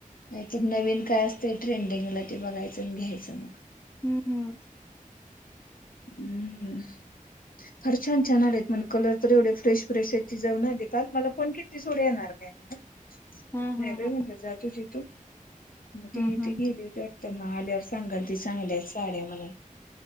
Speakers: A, on the left (about 80°); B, on the left (about 15°).
A: नाही तर नवीन काय असतय ट्रेंडिंगला ते बघायचं आणि घ्यायचं मग.
B: हं- हं.
A: हम्म. फार छान छान आले आहेत म्हण कलर तर एवढे फ्रेश फ्रेश आहेत, ती जाऊन आली काल, मला फोन केलती सोड येणार काय म्हणून.
B: हा
A: नाही
B: हा
A: बाई
B: हा
A: म्हटलं जा तुजी तु, मग
B: हम्म
A: ती
B: हम्म
A: ती गेली होती. त्यांना आल्यावर सांगालती, चांगल्या हायत साड्या म्हणून.